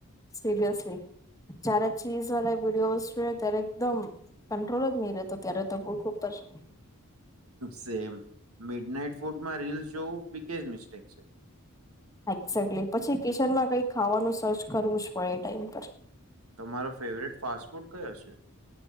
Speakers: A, on the left (about 15°); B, on the right (about 70°).
A: સિરિયસલી જ્યારે ચીઝ વાળા વિડીયોઝ જો ત્યારે એકદમ કંટ્રોલ જ નહી રહેતો ત્યારે તો બૂખ ઉપર
B: સેમ મિડ નાઈટ ફૂડમાં રીલસ જોવું બિગેસ્ટ મિસ્ટેક છે
A: એક્ઝેક્ટલી પછી કિચનમાં કઈ ખાવાનું સર્ચ કરવું જ પડે એ ટાઈમ પર
B: તમારો ફેવરેટ ફાસ્ટ ફૂડ કયો હશે